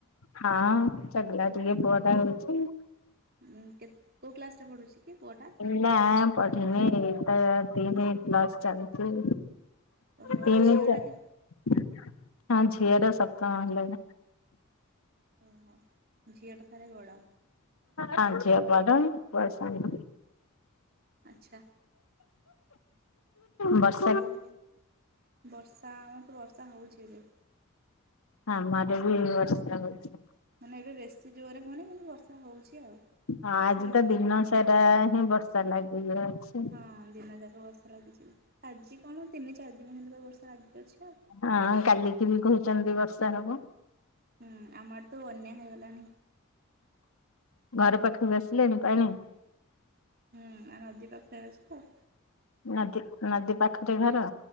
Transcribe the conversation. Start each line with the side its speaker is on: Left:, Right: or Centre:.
Left: ହଁ ଚଗଲା ଟିକେ ପୁଅ ଟା ହଉଛି।
Right: ହୁଁ କେ କୋଉ କ୍ଲାସରେ ପଢ଼ୁଛି କି ପୁଅଟା।
Left: ନା ପଠିନି ତ ତିନି ପ୍ଲସ ଚାଲିଛି।
Right: ଓହୋ
Left: ତିନ
Right: ଆଉ ଝିଅଟା
Left: ହ
Right: କେ
Left: ଝିଅର ସପ୍ତମ ହେଲାଣି।
Right: ଓହୋ ଝିଅଟା ତାହାଲେ ବଡ।
Left: ହଁ ଝିଅ ବଡ଼ ପୁଅ ସାନ।
Right: ଆଚ୍ଛା।
Left: ବ
Right: ଆଉ ବର୍ଷା ଆମର ତ ବର୍ଷା ହେଉଛି ଏବେ।
Left: ହଁ ଆମେ ଆଡେ ବି ବର୍ଷା ହୋଉଛି।
Right: ମାନେ ଏବେ ବେଶୀ ଜୋରରେ ହଉନି କିନ୍ତୁ ବର୍ଷା ହେଉଛି ଆଉ।
Left: ହଁ ଆଜି
Right: ଧୀରେ
Left: ତ ଦିନ ସାରା ହିଁ ବର୍ଷା ଲଗିକିରହିଚି।
Right: ହଁ ଦିନ ଯାକ ବର୍ଷା ଲାଗିଯିବ ଆଜି କଣ ତିନି ଚାରି ଦିନ ହେଲେ ବର୍ଷା ଲାଗିକି ଅଛି ଆଉ।
Left: ହଁ କାଲିକି ବି କହୁଛନ୍ତି ବର୍ଷା ହବ।
Right: ହୁଁ ଆମ ଆଡେ ତ ବନ୍ୟା ହେଇଗଲାଣି।
Left: ଘର ପାଖକୁ ଆସିଲେଣି ପାଣି।
Right: ନା ନଦୀ ପାଖ ଅଛି ତ।
Left: ନଦୀ ନଦୀ ପାଖରେ ଘର।